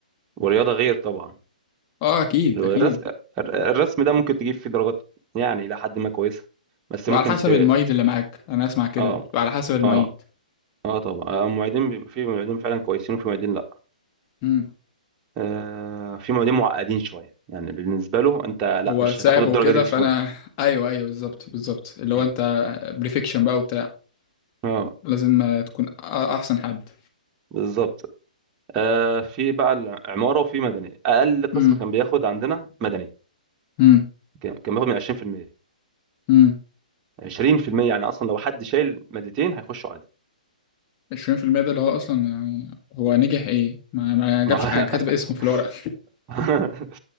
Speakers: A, on the right; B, on the left.
A: والرياضه غير طبعا
B: اه اكيد
A: الرسم
B: اكيد
A: الرسم ده ممكن تجيب فيه درجات يعني الى حد ما كويسه بس
B: بتبقى
A: ممكن
B: على حسب
A: ت...
B: المعيد اللي معاك انا اسمع كده
A: اه
B: بتبقى على حسب المعيد
A: اه اه طبعا آه، المعيدين بيبقى في معيدين فعلا كويسين وفي معيدين لا
B: امم
A: آه، في معيدين معقدين شويه يعني بالنسبه له انت لا
B: هو
A: مش
B: صعب
A: هتاخد الدرجه
B: وكده
A: دي بسهوله
B: فانا <laughs> ايوه ايوه بالظبط بالظبط اللي هو
A: مم.
B: انت بريفكشن بقى وبتاع
A: اه
B: لازم آه، تكون أ- احسن حد
A: بالظبط آه، في بقى العماره وفي مدني اقل قسم
B: امم
A: كان بياخد عندنا مدني
B: امم
A: كان كان بياخد من 20%
B: امم
A: 20% يعني اصلا لو حد شايل مادتين هيخشوا عادي
B: 20% ده اللي هو اصلا يعني هو نجح ايه ما, ما جابش
A: ما هو-
B: حاجه كاتب اسمه في الورقه
A: <laughs>